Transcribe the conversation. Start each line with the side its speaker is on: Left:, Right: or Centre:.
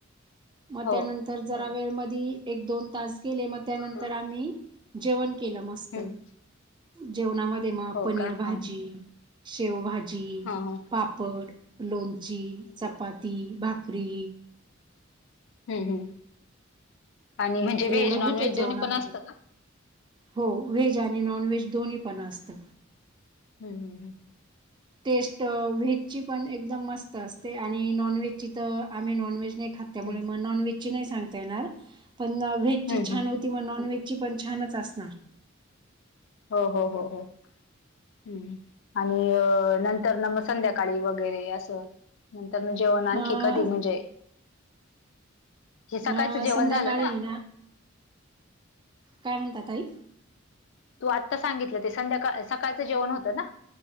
Right: मग
Left: हो
Right: त्यानंतर जरा वेळ मधी, एक- दोन तास गेले. मग, त्यानंतर
Left: हम्म
Right: आम्ही जेवण के केलं, मस्त
Left: हम्म.
Right: जेवणामध्ये मग
Left: हो
Right: पनीर
Left: का हा
Right: भाजी
Left: हा
Right: शेवभाजी,
Left: हा हम्म
Right: पापड, लोणची चपाती, भाकरी
Left: हम्, हम्. आणि म्हणजे
Right: एवढं
Left: व्हेज, नॉनव्हेज
Right: होतं जेवणामध्ये
Left: दोन्ही पण, असत का?
Right: हो. व्हेज आणि नॉनव्हेज, दोन्हीपण असतं.
Left: हम, हम.
Right: टेस्ट व्हेजची पण एकदम मस्त असते आणि नॉनव्हेजची तर आम्ही नॉनव्हेज नाही खात. त्यामुळे,
Left: हम्म
Right: नॉनव्हेजची नाही सांगता येणार. पण व्हेजची
Left: हम्म हम्म,
Right: छान
Left: हम्म.
Right: होती. मग नॉनव्हेज ची पण, छानच असणार.
Left: हो हो हो हो. हम्म आणि नंतर ना मग संध्याकाळी वगैरे असं. नंतरन जेवण आणखी
Right: मग
Left: कधी म्हणजे हे सकाळचं
Right: मग
Left: जेवण
Right: संध्याकाळी
Left: झालं ना.
Right: काय म्हणता ताई.
Left: तू आत्ता सांगितलं ते संध्याकाळ सकाळचं जेवण होतं ना?